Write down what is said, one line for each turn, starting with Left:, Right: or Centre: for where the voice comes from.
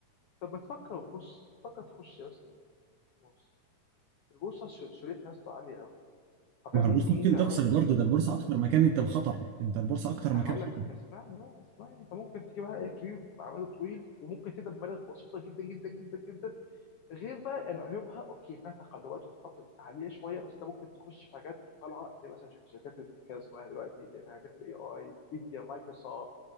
Left: طب ما تفكر بص فكر تخش مثلا البورصه البورصه شريتها يا اسطى عاليه قوي حرفيا
Right: ما
Left: ممكن
Right: هو البورصة
Left: ممكن
Right: ممكن تخسر
Left: على المدى الطويل
Right: برضو ده البورصة اكتر مكان انت بخطر انت البورصة اكتر
Left: ما انا
Right: مكان
Left: هقول
Right: خطر
Left: لك فاسمعني بقى اسمعني انت ممكن تجيب عقل كبير بعمل طويل وممكن تبدا بمبالغ بسيطه جدا جدا جدا جدا غير بقى ان عيوبها اوكي فيها تقلبات ومخاطر عاليه شويه بس انت ممكن تخش في حاجات طالعه زي مثلا شوف شركات الذكاء الصناعي دلوقتي اللي هي حاجات الاي اي نفيديا مايكروسوفت